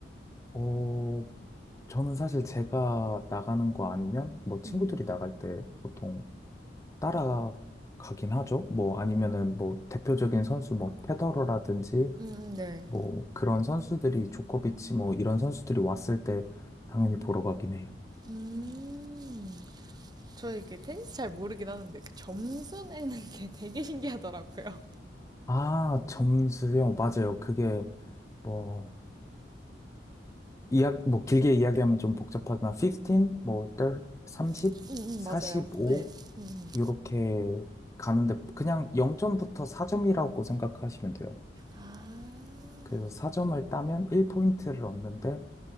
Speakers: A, on the left (about 15°); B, on the right (about 20°).
A: 어, 저는 사실 제가 나가는 거 아니면 뭐 친구들이
B: 음.
A: 나갈 때 보통 따라가긴 하죠. 뭐 아니면은 뭐 대표적인 선수 뭐 페더러라든지
B: 음, 네.
A: 뭐 그런 선수들이 조코비치 뭐 이런 선수들이 왔을 때 당연히 보러 가긴 해요.
B: 음. 저 이게 테니스 잘 모르긴 하는데 그 점수 내는 <laughs> 게 되게 신기하더라고요.
A: 아, 점수요? 맞아요. 그게 뭐 이야 뭐 길게 이야기하면 좀 복잡하지만 15, 뭐3 30,
B: <laughs> 음, 음,
A: 45
B: 맞아요. 네. 음, 음.
A: 이렇게 가는데 그냥 0점부터 4점이라고 생각하시면 돼요.
B: 아.
A: 그래서 4점을 따면 1포인트를 얻는데